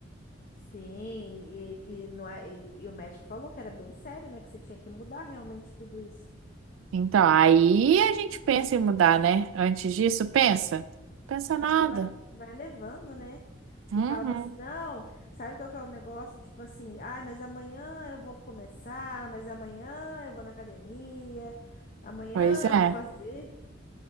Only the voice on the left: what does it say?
Sim, e, e não é, e, e o médico falou que era bem sério, né? Que você tinha que mudar realmente tudo isso.
Você vai, vai levando, né?
E fala assim, não, sabe qual que é o negócio? Tipo assim, ai, mas amanhã eu vou começar, mas amanhã eu vou na academia, amanhã
eu vou fazer,